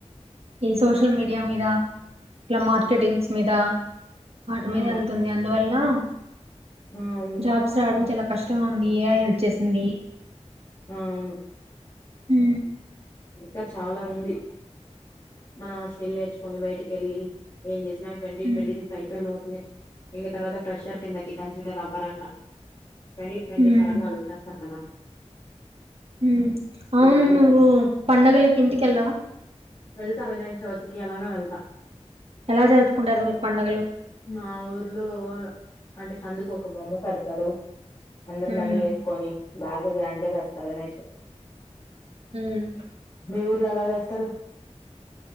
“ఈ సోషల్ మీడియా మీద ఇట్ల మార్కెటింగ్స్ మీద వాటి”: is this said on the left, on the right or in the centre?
Right